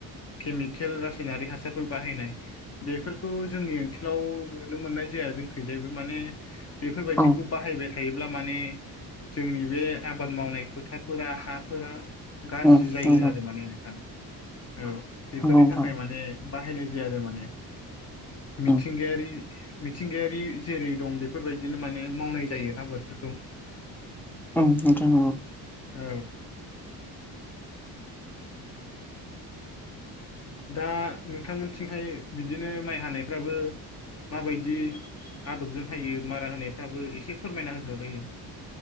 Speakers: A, on the left; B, in the centre.
A: केमिकेल रायनारि हासारफोर बायनाय बे जोंनि ओनसोलाव नुनो मोननाय जाया जोंखैजायबो माने बेफोरबादिखौ
B: औ नोंथां औ
A: बाहायबाय थायोब्ला माने जोंनि बे आबाद मावनाय फोथारफोरा हाफोर गाज्रि
B: ओं नंगौ
A: जायो आरो माने नोंथां औ बेफोरनि
B: नोंथां
A: थाखाय माने बाहायनाय जाया आरो माने। मिथिंगायारि
B: ओं
A: मिथिंगायारि जेरै दं बेफोरबादिनो माने मावनाय जायो। आबादफोरखौ
B: ओमफाय नोंथां नंगौ।
A: औ। दा नोंथांमोनथिंहाय बिदिनो माइ हानायफ्राबो। माबायदि आदबजों हायो मारा होनायफ्राबो एसे फोरमायना होदो जायो।